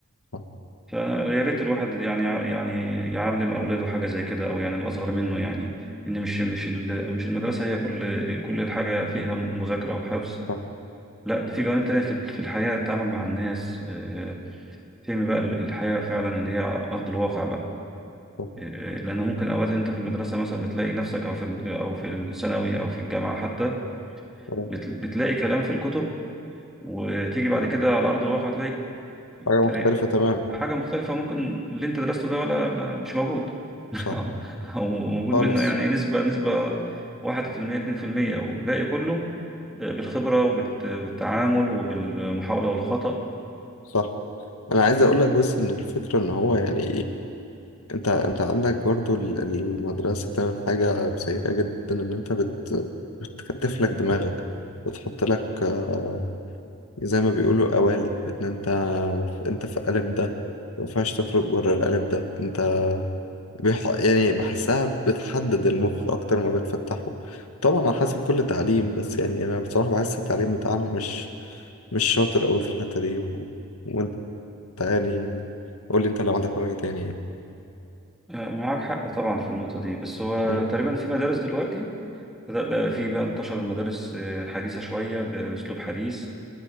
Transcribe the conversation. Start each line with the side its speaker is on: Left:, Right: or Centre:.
Left: صح
Centre: فيا ريت الواحد يعني يعني يعلم اولاده حاجه زي كده او يعني الاصغر منه يعني ان مش مش ال- مش المدرسه هي كل كل الحاجه فيها مذاكره وحفظ
Left: صح
Centre: لا دي في جوانب تانية في في الحياه التعامل مع الناس آه، فهم بقى ال- الحياه فعلا اللي هي ارض الواقع بقى
Left: صح
Centre: آه، لانه ممكن اوقات انت في المدرسه مثلا بتلاقي نفسك او في ال- او في الثانوي او في الجامعه حتى
Left: صح.
Centre: بت- بتلاقي كلام في الكتب وتيجي بعد كده على ارض الواقع
Left: حاجة
Centre: تلاقي
Left: مختلفة تماما
Centre: حاجة مختلفة ممكن اللي انت درسته ده ولا ما مش موجود <laughs>
Left: صح
Centre: او أو موجود
Left: خالص
Centre: منه يعني نسبة نسبة واحد في المية اتنين في المية والباقي كله بالخبرة وبالتعامل وبالمحاولة والخطأ
Left: صح أنا عايز أقول لك بس إن الفكرة إن هو يعني أنت أنت عندك برضو ال- المدرسة بتعمل حاجة سيئة جدا إن أنت بت بتكتف لك دماغك بتحط لك آه، زي ما بيقولوا قوالب إن أنت أنت في قالب ده ما ينفعش تخرج بره القالب ده انت بيح... يعني بحسها بتحدد المخ أكتر ما بتفتحه طبعا على حسب كل تعليم بس يعني أنا بصراحة بحس التعليم بتاعنا مش مش شاطر أوي في الحتة دي و... وأنت يعني قول لي أنت لو عندك رأي تاني يعني
Centre: آه، معاك حق طبعا في النقطة دي بس هو
Left: مم.
Centre: تقريبا في مدارس دلوقتي بدأ بقى في بقى انتشر المدارس آه، حديثة شوية بأسلوب حديث